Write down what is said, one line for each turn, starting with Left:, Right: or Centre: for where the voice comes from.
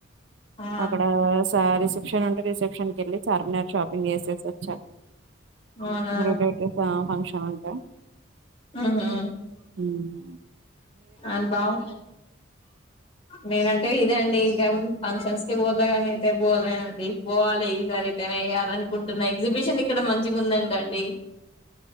Left: ఆ
Right: అక్కడ సారి ష రిసెప్షన్కి వెళ్ళి చార్మినార్ షాపింగ్ చేసేసి వచ్చా
Left: అవునా
Right: <unintelligible> ఫంక్షన్ ఉంటే
Left: ఊహూ
Right: మ్మ్
Left: ఆ బావు నేనంటే ఇదే అండి ఇంకా ఫంక్షన్స్ కి పోతాగానీ అయితే పోలేండి పోవాలి ఈ సారి ఎత్తైన వెళ్ళి అనుకుంటున్నా ఎగ్జిబిషన్ <unintelligible> ఇక్కడ మంచిగా ఉందంటండి